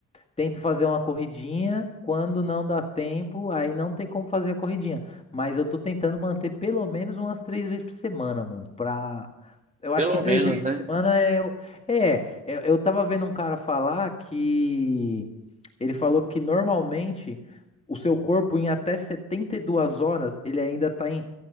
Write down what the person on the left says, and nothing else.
Tento fazer uma corridinha, quando não dá tempo, aí não tem como fazer a corridinha. Mas eu tô tentando manter pelo menos umas três vezes por semana, mano. Pra... Eu
acho que três
vezes por
semana é. o- É, eu eu tava vendo um cara falar que. Ele falou que normalmente o seu corpo, em até 72 horas, ele ainda tá em